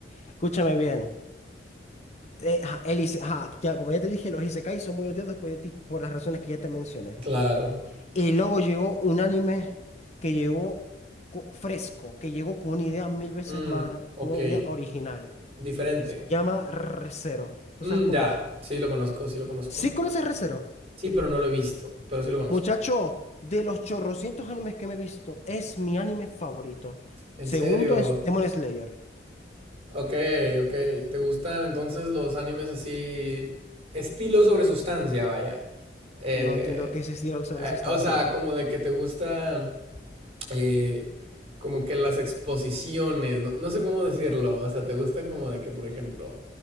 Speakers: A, on the left; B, on the right.
A: Escúchame bien. Eh, ja el ise- ajá, ya, como ya te dije, los Isekais son muy odiados por, ti- por las razones que ya te mencioné.
B: Claro.
A: Y luego llegó un anime que llegó co- fresco, que llegó con una idea mil veces
B: Mm,
A: más,
B: ok,
A: con una idea original.
B: diferente.
A: Se llama Re:Zero. ¿Tú
B: Mm,
A: sabes cuál
B: ya,
A: es?
B: sí lo conozco, sí lo conozco.
A: ¿Sí conoces Re:Zero?
B: Sí, pero no lo he visto, pero sí lo conozco.
A: Muchacho, de los chorrocientos animes que me he visto, es mi anime favorito.
B: En
A: Segundo
B: serio.
A: es Demon Slayer.
B: Ok, ok. ¿Te gustan entonces los animes así? Estilo sobre sustancia, vaya. Eh,
A: No entiendo qué es ese diálogo sobre
B: eh,
A: sustancia.
B: o sea, como de que te gustan eh, como que las exposiciones, no, no sé cómo decirlo, o sea, ¿te gusta como de que, por ejemplo,